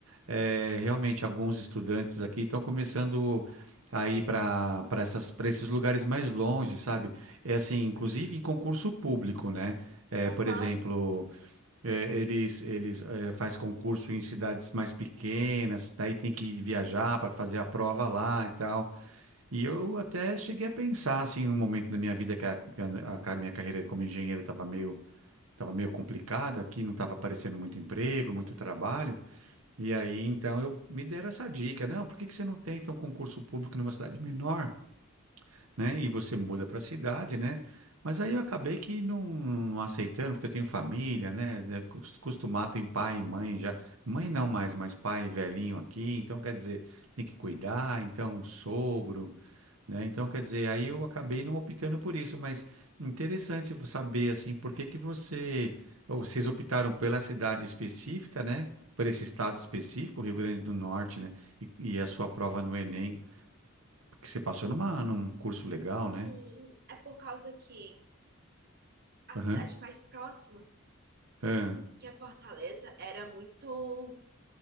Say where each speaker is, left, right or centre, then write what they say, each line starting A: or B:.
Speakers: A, on the right; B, on the right.
A: eh, realmente alguns estudantes aqui estão começando a ir para para essas, para esses lugares mais longe, sabe? É assim, inclusive em concurso público, né? Eh,
B: Aham,
A: por exemplo. É, eles eles é, faz concurso em cidades mais pequenas, daí tem que viajar para fazer a prova lá e tal. E eu até cheguei a pensar assim, em um momento da minha vida que a, que a- a ca- minha carreira como engenheiro estava meio estava meio complicada, aqui não estava aparecendo muito emprego, muito trabalho. E aí então eu me deram essa dica, não, por que que você não tenta um concurso público numa cidade menor? né? E você muda para a cidade, né? Mas aí eu acabei que não, não aceitando, porque eu tenho família, né? né, cos- Acostumado em pai e mãe já. Mãe não mais, mas pai velhinho aqui. Então, quer dizer, tem que cuidar. Então, o sogro, né? Então, quer dizer, aí eu acabei não optando por isso. Mas interessante saber, assim, por que que você... Ou vocês optaram pela cidade específica, né? Por esse estado específico, Rio Grande do Norte, né? E, e a sua prova no Enem, porque você passou numa, num curso legal,
B: sim.
A: né?
B: É por causa que a
A: Aham.
B: cidade mais próxima,
A: Ah.
B: que é Fortaleza, era muito